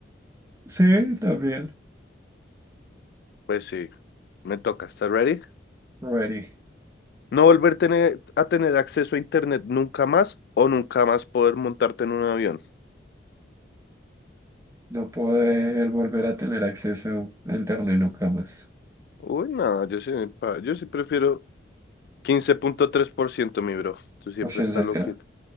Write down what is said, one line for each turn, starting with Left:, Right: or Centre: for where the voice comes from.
Right: Sí, también.
Left: Pues sí, me toca. ¿Estás ready?
Right: Ready.
Left: No volver tener- a tener acceso a internet nunca más o nunca más poder montarte en un avión.
Right: No poder volver a tener acceso al internet nunca más.
Left: Uy, no, yo sí, pa- yo sí prefiero 15.3%, mi bro. Tú siempre
Right: Pues en
Left: estás
Right: serio.
Left: loquito.